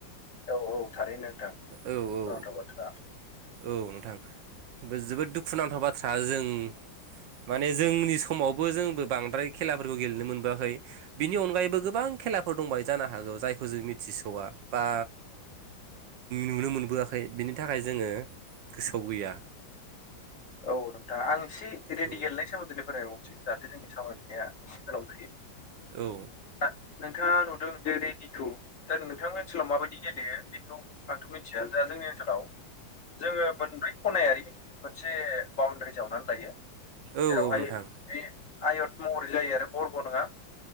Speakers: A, on the left; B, on the right.
A: औ औ थारैनो नोंथां
B: औ औ
A: बावथाव बाथ्रा
B: औ नोंथां बे जोबोद दुखुुनांथाव बाथ्रा जों माने जोंनि समावबो जोंबो बांद्राय खेलाफोरखौ गेलेनो मोनबोआखै बिनि अनगायैबो गोबां खेलाफोर दंबाय जानो हागौ जायखौ जों मिथिस'या बा नुनो मोनबोआखै बिनि थाखाय जोङो गोसोआव गैया
A: औ नोंथाङा आं एसे रेडि
B: औ
A: गेलेनाय सोमोन्दै फरायबावदों जाहाथे जोंनि सावरायनाया एसे गोलाव जायो
B: औ
A: दा नोंथाङा नुदों ज रेडिखौ दा नोंथांनि ओनसोलाव माबायदि गेलेयो बेखौ आंथ' मिथिया जोंहा जोंनि ओनसोलाव जोङो मोनब्रै खनायारि मोनसे बाउणडारि जावनानै लायो जेरावहाय
B: औ औ नोंथां
A: बे आयत महरै जायो आरो बरग' नङा